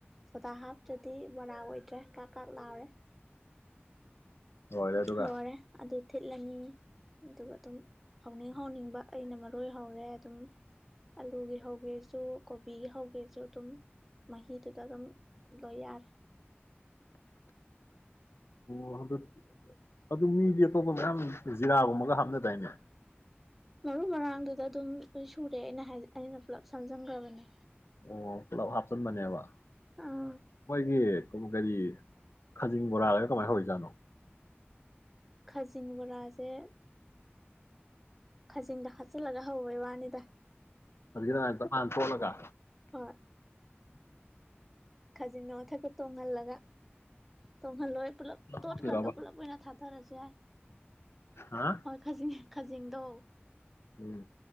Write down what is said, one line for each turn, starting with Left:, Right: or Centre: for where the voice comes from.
Centre: ꯁꯣꯗꯥ ꯍꯥꯞꯇ꯭ꯔꯗꯤ ꯕꯣꯔꯥ ꯑꯣꯏꯗ꯭ꯔꯦ ꯀꯥꯛ - ꯀꯥꯛ ꯂꯥꯎꯔꯦ
Left: ꯂꯣꯏꯔꯦ ꯑꯗꯨꯒ
Centre: ꯂꯣꯏꯔꯦ ꯑꯗꯨ ꯊꯤꯠꯂꯅꯤ ꯑꯗꯨꯒ ꯑꯗꯨꯝ ꯍꯧꯅꯤꯡ ꯍꯧꯅꯤꯡꯕ ꯑꯩꯅ ꯃꯔꯣꯏ ꯍꯧꯔꯦ ꯑꯗꯨꯝ ꯑꯂꯨꯒꯤ ꯍꯧꯒꯦꯁꯨ ꯀꯣꯕꯤꯒꯤ ꯍꯧꯒꯦꯁꯨ ꯑꯗꯨꯝ ꯃꯍꯤꯗꯨꯗ ꯑꯗꯨꯝ ꯂꯣꯏ ꯌꯥꯔꯦ
Left: ꯑꯣ ꯑꯗꯨ ꯃꯤꯗꯤ ꯑꯇꯣꯞꯄ ꯃꯌꯥꯝ ꯖꯤꯔꯥꯒꯨꯝꯕꯒ ꯍꯥꯞꯅꯗꯥꯏꯅꯦ
Centre: ꯃꯔꯨ ꯃꯔꯥꯡꯗꯨꯗ ꯑꯗꯨꯝ ꯂꯣꯏꯁꯨꯔꯦ ꯑꯩꯅ- ꯑꯩꯅ ꯄꯨꯂꯞ ꯁꯝꯖꯤꯟꯒ꯭ꯔꯕꯅꯦ
Left: ꯑꯣ ꯄꯨꯂꯞ ꯍꯥꯞꯆꯟꯕꯅꯦꯕ
Centre: ꯑꯥ
Left: ꯃꯣꯏꯒꯤ ꯀꯩꯔꯤ ꯈꯖꯤꯡ ꯕꯣꯔꯥꯒꯗꯣ ꯀꯃꯥꯏꯅ ꯍꯧꯔꯤꯖꯥꯠꯅꯣ
Centre: ꯈꯥꯖꯤꯡꯕꯣꯔꯥꯁꯦ ꯈꯖꯤꯡꯗ ꯍꯥꯞꯆꯤꯜꯂꯒ ꯍꯧꯕꯩ ꯋꯥꯅꯤꯗ
Left: ꯍꯧꯖꯤꯛꯀꯤ ꯑꯗꯨꯃꯥꯏꯅ ꯇꯞ ꯇꯥꯅ ꯊꯣꯠꯂꯒ
Centre: ꯍꯣꯏ ꯈꯥꯖꯤꯡꯅ ꯃꯊꯛꯇ ꯇꯣꯡꯍꯜꯂꯒ ꯇꯣꯡꯍꯜꯂꯣꯏ ꯄꯨꯂꯞ ꯇꯣꯠꯈ꯭ꯔꯒ
Left: ꯊꯣꯠꯇꯣꯏꯔꯕ
Centre: ꯄꯨꯂꯞ ꯑꯣꯏꯅ ꯊꯥꯗꯔꯁꯨ ꯌꯥꯏ
Left: ꯍꯥ
Centre: ꯍꯣꯏ ꯈꯖꯤꯡ ꯈꯖꯤꯡꯗꯣ
Left: ꯎꯝ